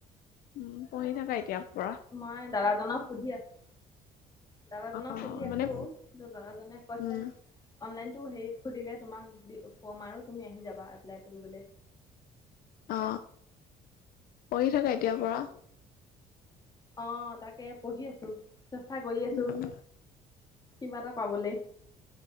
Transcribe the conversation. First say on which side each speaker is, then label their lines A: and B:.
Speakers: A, on the left (about 70°); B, on the left (about 25°).
A: উম! পঢ়ি থাকা এতিয়াৰ পৰা।
B: মই দাদাজনক সুধি আছো! দাদাজনক
A: অ
B: সুধি আছো,
A: মানে
B: কিন্তু দাদাজনে কৈছে
A: উম
B: অনলাইনতো হেৰি খুলিলে তোমাক কম আৰু, তুমি আহি যাবা এপ্লাই কৰিবলে।
A: অ পঢ়ি থাকা এতিয়াৰ পৰা।
B: অ তাকে পঢ়ি আছো চেষ্টা কৰি আছো
A: উম
B: কিবা এটা পাবলে।